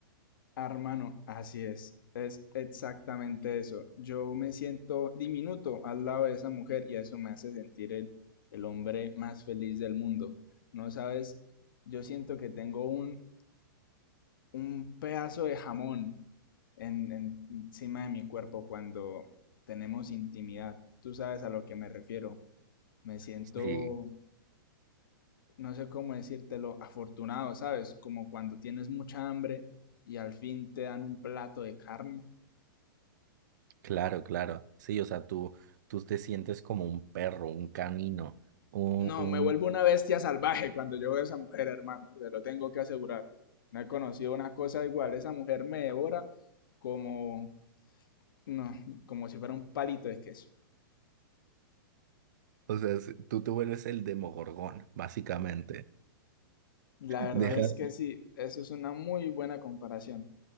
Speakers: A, on the left; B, on the right.
A: Ah, hermano, así es. Es exactamente eso. Yo me siento diminuto al lado de esa mujer y eso me hace sentir el, el hombre más feliz del mundo. No sabes, yo siento que tengo un, un pedazo de jamón en, en- encima de mi cuerpo cuando tenemos intimidad. Tú sabes a lo que me refiero. Me siento
B: Sí,
A: no sé cómo decírtelo, afortunado, ¿sabes? Como cuando tienes mucha hambre y al fin te dan un plato de carne.
B: Claro, claro. Sí, o sea, tú, tú te sientes como un perro, un canino, un,
A: No,
B: un...
A: me vuelvo una bestia salvaje cuando yo veo a esa mujer, hermano, te lo tengo que asegurar. No he conocido una cosa igual, esa mujer me devora como, no, como si fuera un palito de queso.
B: O sea, es- tú te vuelves el Demogorgón, básicamente.
A: La verdad
B: Dejas,
A: es que sí, eso es una muy buena comparación,